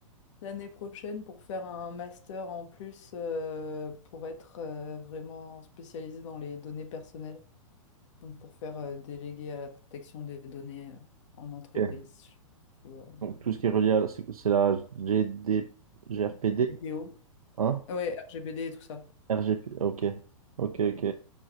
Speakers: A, on the left; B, on the right.
A: l'année prochaine pour faire un master en plus euh, pour être euh, vraiment spécialisée dans les données personnelles, donc pour faire euh, délégué à la protection des données euh, en entreprise,
B: Ok.
A: tu vois,
B: Donc, tout ce qui est relié à... C'est c'est la GD... GRPD,
A: DPO.
B: hein?
A: Ouais, RGPD et tout ça.
B: RGP, ok. Ok, ok.